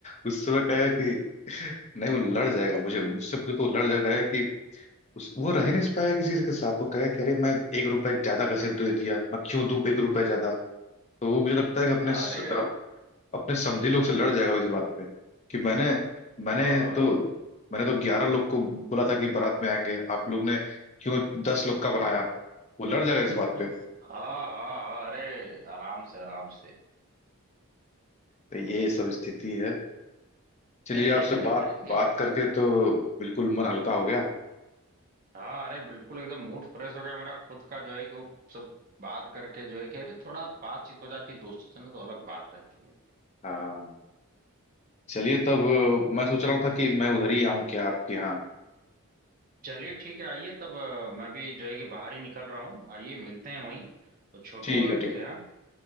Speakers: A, on the left; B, on the right.
A: उस समय कहेगा कि नहीं वो लड़ जाएगा मुझे मुझसे मुझे तो वो लड़ जाएगा कि उस वो रह नहीं पाया किसी से के साथ वो कह कह रहे मैं एक रुपए ज्यादा कैसे दे दिया मैं क्यों दूं एक रुपए ज्यादा तो वो मुझे लगता है कि अपने
B: हाँ
A: स-
B: अरे
A: अपने समधी लोग से लड़ जाएगा इस बात पे कि मैंने मैंने
B: हाँ
A: तो मैंने तो ग्यारह लोग को बोला था कि बारात में आएंगे आप लोग ने क्यों दस लोग का बनाया वो लड़ जाएगा इस
B: <laughs>
A: बात पे
B: हाँ हाँ हाँ, अरे आराम से आराम से
A: तो ये सब स्थिति है चलिए
B: अरे
A: आपसे
B: क्या
A: बात
B: करेंगे
A: बात करके तो बिल्कुल मन हल्का हो गया
B: हाँ अरे बिल्कुल एकदम मूड फ्रेश हो गया मेरा खुद का जो है कि वो सब बात करके जो है कि अरे थोड़ा बातचीत हो जाती है दोस्तों से ना तो अलग बात रहती है
A: हाँ चलिए तब मैं सोच रहा था कि मैं उधर ही आऊं क्या आपके यहाँ
B: चलिए ठीक है आइए तब अ, मैं भी जो है कि बाहर ही निकल रहा हूँ आइए मिलते हैं वहीं तो छोटू
A: ठीक है ठीक
B: के यहाँ